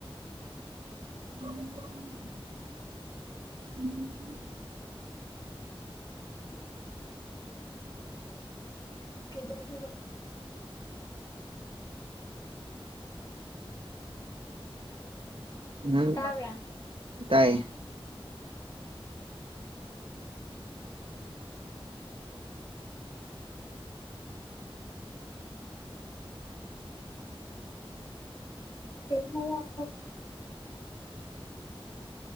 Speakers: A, on the right; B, on the left.
A: ꯎꯝ <unintelligible> <inaudible> ꯎꯝ <unintelligible> <inaudible>
B: ꯀꯩꯗꯧꯗꯣꯏꯕ ꯅꯪ
A: ꯅꯪ
B: ꯇꯥꯕ꯭ꯔꯥ
A: ꯇꯥꯏꯌꯦ
B: ꯌꯦꯉꯣ ꯑꯅꯦ